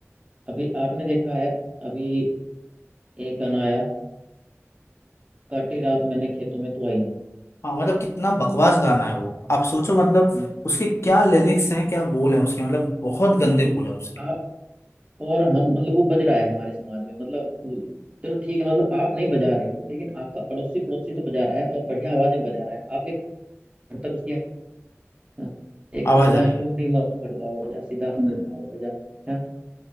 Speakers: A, on the right; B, on the left.
A: अभी आपने देखा है अभी एक गाना आया काटी रात मैंने खेतों में तू आई नहीं
B: हाँ मतलब कितना बकवास गाना है वो आप सोचो मतलब
A: हम्म।
B: उसके क्या लिरिक्स हैं क्या बोल हैं उसके मतलब बहुत गंदे बोल हैं उसके
A: आप और हम मतलब वो बज रहा है हमारे समाज में मतलब वो- चलो ठीक है मतलब आप नहीं बजा रहे हो लेकिन आपका अड़ोसी पड़ोसी तो बजा रहा है और बढ़िया आवाज में बजा रहा है आपके घर तक उसकी हाँ, एक
B: आवाज
A: गाना
B: आ
A: है
B: रही
A: कुंडी
B: है
A: मत खड़काओ राजा सीधा अंदर आओ राजा है